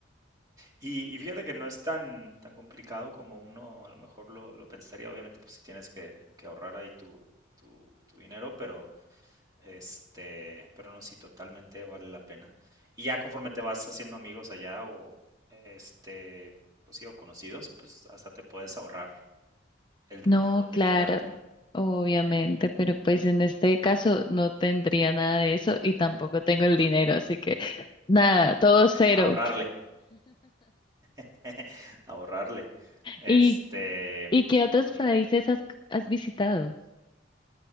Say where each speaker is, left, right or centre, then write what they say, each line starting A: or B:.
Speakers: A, on the right (about 20°); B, on the left (about 25°).
A: Y, y fíjate que no es tan, tan complicado como uno a lo mejor lo, lo pensaría, obviamente, pues si tienes que, que ahorrar ahí tu, tu, tu dinero, pero Este, pero no, sí, totalmente vale la pena. Y ya conforme te vas haciendo amigos allá o este, pues sí, o conocidos, pues hasta te puedes ahorrar el,
B: No,
A: en dónde
B: claro,
A: quedarte, ¿no?
B: obviamente, pero pues en este caso no tendría nada de eso y tampoco tengo el dinero, así que nada, todo cero.
A: Ahorrarle, <laughs> ahorrarle. Este,
B: ¿Y, y qué otros
A: ujú.
B: países has, has visitado?